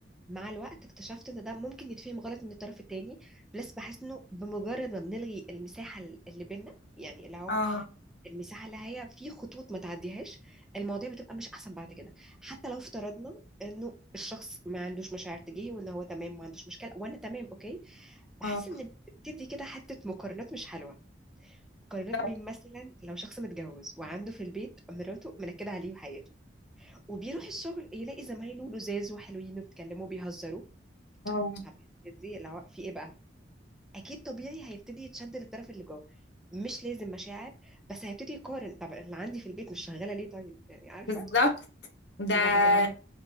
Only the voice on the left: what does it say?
اه
اه
بالظبط.
اه
بالظبط ده